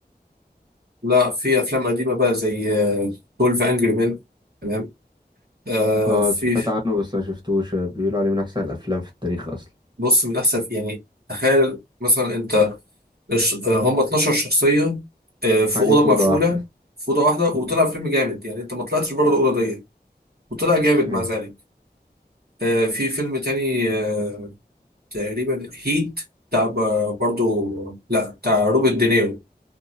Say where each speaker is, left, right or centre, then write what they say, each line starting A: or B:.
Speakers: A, on the right; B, on the right.
A: لا في افلام قديمه بقى زي 12 انجري مان تمام آه
B: اه
A: في
B: سمعت عنه بس ما شفتوش بيقولوا عليه من احسن الافلام في التاريخ اصلا
A: بص من احسن يعني تخيل مثلا انت الش- آه، هم 12 شخصيه آه، في
B: قاعدين
A: اوضه
B: في اوضة
A: مقفوله
B: واحدة
A: في اوضه واحده وطلع
B: مم.
A: فيلم جامد يعني انت ما طلعتش بره الاوضه دي وطلع جامد
B: أيوة.
A: مع ذلك آه، في فيلم تاني آه، تقريبا هيت بتاع ب- برضو لا بتاع روبرت دينيرو